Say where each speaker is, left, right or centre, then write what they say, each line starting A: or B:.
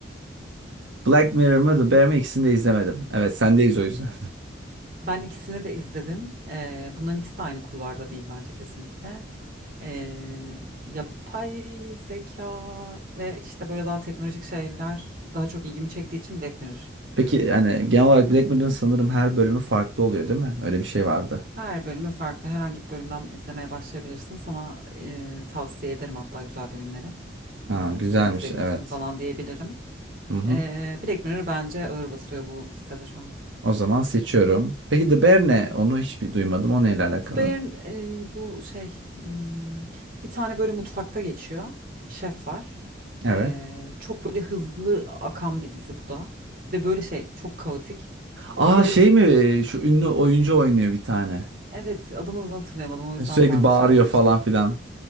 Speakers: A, on the right; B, on the right.
A: Black Mirror mı, The Bear mi? İkisini de izlemedim. Evet, sendeyiz o yüzden.
B: Ben ikisini de izledim. Ee, bunların ikisi de aynı kulvarda değil bence kesinlikle. Ee, yapay zeka ve işte böyle daha teknolojik şeyler daha çok ilgimi çektiği için Black Mirror
A: <laughs> Peki
B: diyorum.
A: yani genel olarak Black Mirror'ın sanırım her bölümü farklı oluyor, değil mi? Öyle bir şey vardı.
B: Her bölümü farklı. Herhangi bir bölümden izlemeye başlayabilirsin. Sana e, tavsiye ederim hatta güzel bölümleri.
A: Aa,
B: Ee,
A: güzelmiş,
B: bunu izleyebilirsin
A: evet.
B: falan diyebilirim.
A: Hı hı.
B: Ee, Black Mirror bence ağır basıyor bu listede şu an.
A: O zaman seçiyorum. Peki The Bear ne?
B: Hı hı.
A: Onu hiç bir duymadım. O neyle alakalı?
B: The Bear e, bu şey hmm, bir tane böyle mutfakta geçiyor. Şef var.
A: Evet.
B: Ee, çok böyle hızlı akan bir dizi bu da. Ve böyle şey çok kaotik. O
A: Aa
B: kaotik
A: şey mi? Şu ünlü oyuncu oynuyor bir tane.
B: evet adını da hatırlayamadım o yüzden
A: Sürekli
B: ben
A: bağırıyor
B: de söylememiştim.
A: falan filan.